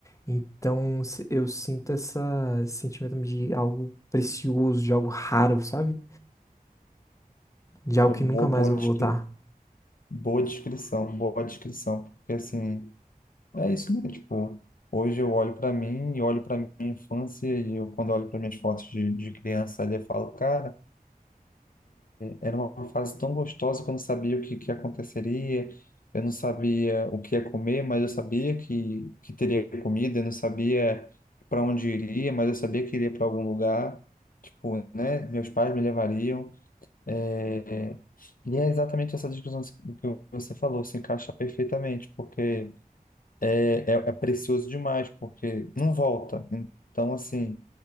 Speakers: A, on the left (about 20°); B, on the left (about 60°).
A: Então se- eu sinto essa, esse sentimento de algo precioso, de algo raro, sabe? De algo
B: Boa,
A: que nunca mais
B: boa,
A: vai
B: descri-
A: voltar.
B: boa descrição, boa descrição, porque assim, é isso mesmo, tipo, hoje eu olho para mim e olho para minha infância e eu, quando eu olho para minhas fotos de, de criança ali, eu falo, cara, Era uma fase tão gostosa que eu não sabia o que, que aconteceria, eu não sabia o que ia comer, mas eu sabia que, que teria comida, eu não sabia para onde iria, mas eu sabia que iria para algum lugar, tipo, né? Meus pais me levariam. É, E é exatamente essa discussão que você falou, se encaixa perfeitamente, porque é, é, é precioso demais, porque não volta. Então, assim.